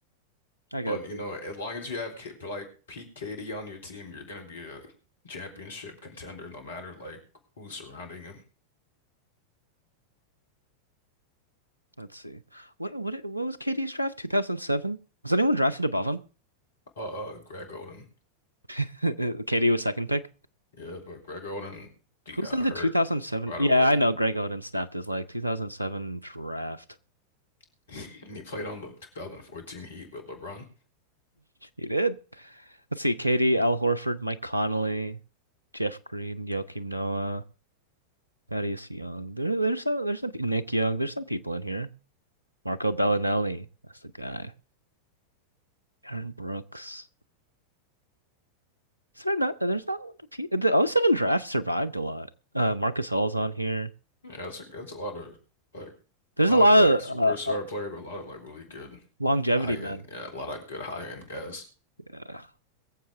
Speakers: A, on the right (about 90°); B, on the left (about 65°).
A: I got
B: But you
A: you.
B: know, as long as you have K like peak KD on your team, you're gonna be a championship contender, no matter like who's surrounding him.
A: Let's see. What what what was KD's draft? 2007? Was anyone drafted above him?
B: Uh, uh Greg Oden,
A: <laughs> KD was second pick.
B: yeah, but Greg Oden, he got
A: Who's in
B: hurt
A: the 2007?
B: right
A: Yeah,
B: away,
A: I know Greg Oden snapped his leg. 2007 draft. <laughs>
B: <laughs> and he played on the 2014 Heat with LeBron.
A: He did. Let's see. KD, Al Horford, Mike Conley, Jeff Green, Joakim Noah, Thaddeus Young. There, there's some, there's some, Nick Young. There's some people in here. Marco Bellinelli. That's the guy. Aaron Brooks. Is there not, there's not a lot of people. The O seven draft survived a lot. Uh, Marcus All's on here.
B: Yeah, that's a that's a lot of like
A: There's
B: not
A: a lot
B: like
A: of
B: superstar
A: uh, uh,
B: player, but a lot of like really good
A: longevity,
B: high
A: man.
B: end. Yeah, a lot of good high end guys.
A: Yeah.